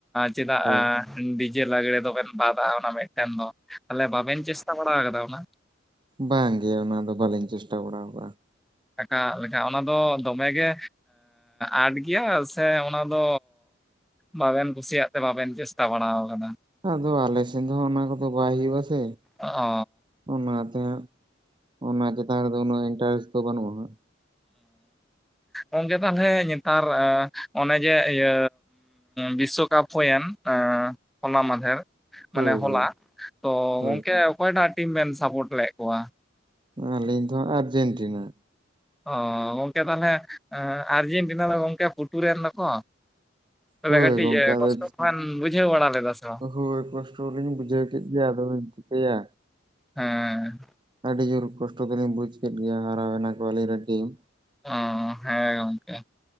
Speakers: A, in the centre; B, on the right.
A: ᱪᱮᱫᱟᱜᱼᱟ
B: ᱦᱳᱭ
A: ᱰᱤᱡᱮ ᱞᱟᱜᱽᱲᱮ ᱫᱚᱵᱮᱱ ᱵᱟᱫᱼᱟ ᱚᱱᱟ ᱢᱤᱫᱴᱮᱱ ᱫᱚ ᱛᱟᱦᱚᱞᱮ ᱵᱟᱵᱮᱱ ᱪᱮᱥᱴᱟ ᱵᱟᱲᱟ ᱟᱠᱟᱫᱟ ᱚᱱᱟ?
B: ᱵᱟᱝ ᱜᱮ ᱚᱱᱟ ᱫᱚ ᱵᱟᱹᱞᱤᱧ ᱪᱮᱥᱴᱟ ᱵᱟᱲᱟᱣ ᱠᱟᱜ-ᱟ ᱾
A: ᱟᱠᱟᱜ ᱞᱮᱠᱟ ᱚᱱᱟ ᱫᱚ ᱫᱚᱢᱮᱜ ᱜᱮ ᱟᱴ ᱜᱮᱭᱟ ᱥᱮ ᱚᱱᱟ ᱫᱚ ᱵᱟᱵᱮᱱ ᱠᱩᱥᱤᱭᱟᱜ ᱛᱮ ᱵᱟᱵᱮᱱ ᱪᱮᱥᱴᱟ ᱵᱟᱲᱟᱣ ᱠᱟᱱᱟ ᱾
B: ᱟᱫᱚ ᱟᱞᱮ ᱥᱮᱱ ᱫᱚ ᱚᱱᱟ ᱠᱚᱫᱚ ᱵᱟᱭ ᱦᱩᱭᱩᱜ ᱟ ᱥᱮ ᱾
A: ᱚ ᱾
B: ᱚᱱᱟᱛᱮ ᱚᱱᱟ ᱪᱮᱛᱟᱱ ᱨᱮᱫᱚ ᱩᱱᱟᱹᱜ ᱤᱱᱴᱟᱨᱮᱥᱴ ᱫᱚ ᱵᱟᱹᱱᱩᱜᱼᱟ᱾
A: ᱚ ᱜᱚᱢᱠᱮ ᱛᱟᱦᱚᱞᱮ ᱟᱨ ᱚᱱᱮ ᱡᱮ ᱤᱭᱟᱹ ᱵᱤᱥᱚᱠᱟᱯ ᱦᱩᱭᱮᱱ ᱦᱚᱞᱟ ᱢᱟᱫᱷᱮᱨ ᱢᱟᱱᱮ
B: ᱦᱳᱭ
A: ᱦᱚᱞᱟ
B: ᱦᱳᱭ
A: ᱛᱚ
B: ᱦᱳᱭ
A: ᱜᱚᱝᱠᱮ ᱚᱠᱚᱭᱴᱟᱜ ᱴᱤᱢ ᱵᱮᱱ ᱥᱟᱯᱳᱨᱴ ᱞᱮᱫ ᱠᱚᱣᱟ?
B: ᱟᱹᱞᱤᱧ ᱫᱚ ᱟᱨᱡᱮᱱᱴᱤᱱᱟ᱾
A: ᱚ ᱜᱚᱝᱠᱮ ᱛᱟᱦᱚᱞᱮ ᱟᱨᱡᱮᱱᱴᱤᱱᱟ ᱫᱚ ᱜᱚᱝᱠᱮ ᱯᱩᱴᱩᱨ ᱨᱮᱱ ᱫᱚᱠᱚ᱾ ᱛᱟᱦᱚᱞᱮ
B: ᱦᱳᱭ
A: ᱠᱟᱹᱴᱤᱡ
B: ᱜᱚᱝᱠᱮ ᱟᱫᱚ
A: ᱠᱚᱥᱴᱚ ᱠᱚᱵᱤᱱ ᱵᱩᱡᱷᱟᱹᱣ ᱵᱟᱲᱟ ᱞᱮᱫᱟ ᱥᱮ ᱵᱟᱝ?
B: ᱦᱳᱭ ᱠᱚᱥᱴᱚᱚᱞᱤᱧ ᱵᱩᱡᱷᱟᱹᱣ ᱠᱮᱫ ᱜᱮᱭᱟ ᱟᱫᱚ‌ ᱞᱤᱧ ᱪᱤᱠᱟᱹᱭᱟ᱾
A: ᱦᱮᱸ ᱾
B: ᱟᱹᱰᱤ ᱡᱳᱨ ᱠᱚᱥᱴᱚ ᱜᱮᱞᱤᱧ ᱵᱩᱡᱽ ᱠᱮᱫ ᱜᱮᱭᱟ ᱦᱟᱨᱟᱣᱮᱱᱟ ᱠᱚ ᱟᱞᱤᱧ ᱨᱮᱱ ᱴᱤᱢ᱾
A: ᱚ ᱦᱮᱸ ᱜᱚᱢᱠᱮ᱾